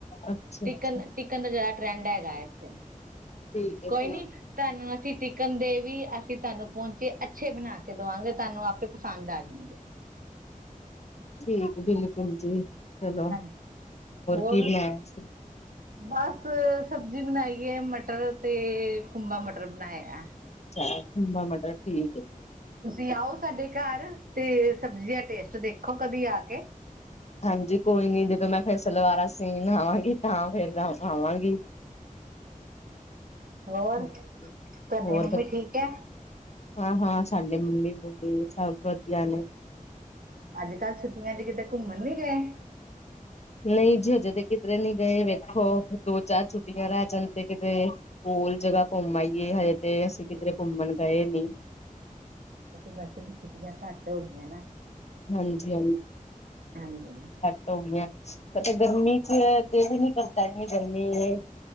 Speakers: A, on the left; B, on the right.
A: ਅੱਛਾ-ਅੱਛਾ
B: ਟਿਕਨ, ਟਿਕਨ ਦਾ ਜਾਦਾ ਟਰੈਂਡ ਹੈਗੈ ਐਥੇ,
A: ਠੀਕ ਹੈ
B: ਕੋਈ
A: ਠੀਕ
B: ਨੀ। ਥਾਂਨੂੰ ਅਸੀਂ ਟਿਕਨ ਦੇ ਵੀ ਅਸੀਂ ਥਾਂਨੂੰ ਪੋਂਚੇ ਅੱਛੇ ਬਨਾ ਕੇ ਦਵਾਂਗੇ, ਥਾਂਨੂੰ ਆਪੇ ਪਸੰਦ ਆ ਜਾਨਗੇ।
A: ਠੀਕ, ਬਿਲਕੁਲ ਜੀ। ਚਲੋ
B: ਹਾਂਜੀ, ਹੋਰ?
A: ਕੀ ਬਣਾਇਆ <inaudible>
B: ਬਾਸ ਸਬਜੀ ਬਨਾਈ ਏ ਮਟਰ ਤੇ, ਕੂੰਬਾ ਮਟਰ ਬਨਾਏਆ।
A: ਅੱਛਾ, ਕੂੰਬਾ ਮਟਰ ਠੀਕ ਏ।
B: ਤੁਸੀਂ ਆਓ ਸਾਡੇ ਘਾਰ, ਤੇ ਸਬਜ਼ੀ ਦਾ ਟੇਸਟ ਦੇਖੋ ਕਦੀ ਆ ਕੇ।
A: ਹਾਂਜੀ, ਕੋਈ ਨੀ ਜਦੋਂ ਮੈਂ ਫਿਰ ਸਲਵਾਰਾਂ ਸੀਨ ਆਵਾਂਗੀ, ਤਾਂ ਫੇਰ ਆਵਾਂਗੀ।
B: ਹੋਰ
A: ਹਾਂਜੀ
B: ਤੁਹਡੀ
A: ਹੋਰ
B: ਮੰਮੀ
A: ਬ
B: ਠੀਕ ਹੈ?
A: ਹਾਂ, ਹਾਂ ਸਾਡੇ ਮੰਮੀ ਬੂਮੇ ਸਭ ਵਧੀਆ ਨੇ,
B: ਅੱਜ-ਕੱਲ ਛੁੱਟੀਆਂ ਚ ਕਿਤੇ ਘੁੰਮਣ ਵੀ ਗਏ?
A: ਨਹੀਂ ਜੀ ਹਜੇ ਤੇ ਕਿਧਰੇ ਨੀ ਗਏ ਵੇਖੋ, ਦੋ ਚਾਰ ਛੁੱਟੀਆਂ ਰਹਿ ਜਾਂ ਤੇ ਕਿਤੇ, ਸਕੂਲ ਜਰਾ ਘੁੰਮ ਆਈਏ, ਹੋਰ ਤੇ ਅਸੀਂ ਕਿਦਰੇ ਘੁੰਮਨ ਗਏ ਨੀ।
B: ਵੈਸੇ ਵੀ ਛੁੱਟੀਆਂ ਘਾੱਟ ਹੋ ਗੀਆਂ ਨਾ,
A: ਹਾਂਜੀ
B: ਹਾਂਜੀ।
A: ਮਤਲਬ ਗਰਮੀ ਚ, ਦੇਲ ਈ ਨੀ ਕਰਦਾ ਏਨੀ ਗਰਮੀ ਏ।